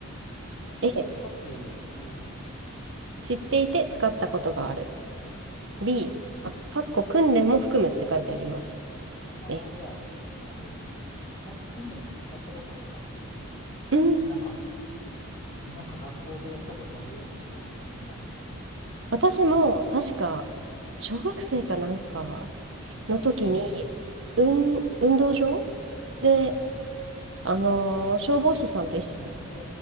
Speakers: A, on the left; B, on the right.
A: あ、消火器、
B: A、
A: はい。
B: 知っていて使ったことがある。B、
A: うん。
B: あ、かっこ訓練も含むって書いてあります。
A: ああ、
B: え、
A: じゃあ、あの、多分訓練で使ったことありますよ。
B: うーん、
A: なんか、なんか学校でやったことあるような気がしますね。
B: 私も確か、
A: うん。
B: 小学生かなんかの時に、
A: うん、うん。
B: うん、運動場で、
A: うん。
B: あのー消防士さんと一
A: やりますね。え